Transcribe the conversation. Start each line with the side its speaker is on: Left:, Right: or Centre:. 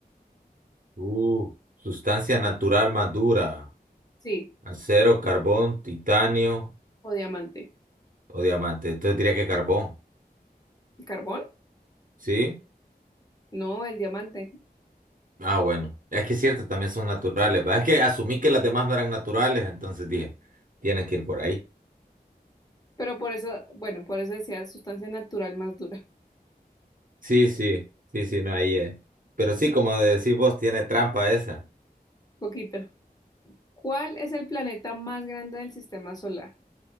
Right: Uh, sustancia natural más dura.
Left: Sí,
Right: Acero, carbón, titanio
Left: o diamante.
Right: o diamante. Entonces diría que carbón.
Left: ¿El carbón?
Right: ¿Sí?
Left: No, el diamante.
Right: Ah, bueno. Es que es cierto, también son naturales. ¿va? Es que asumí que las demás no eran naturales, entonces dije, tienes que ir por ahí.
Left: Pero por eso, bueno, por eso decía sustancia natural más dura.
Right: Sí, sí, sí, sí, no, ahí es. Pero sí, como decís vos, tiene trampa esa.
Left: <laughs> Poquito. ¿Cuál es el planeta más grande del sistema solar?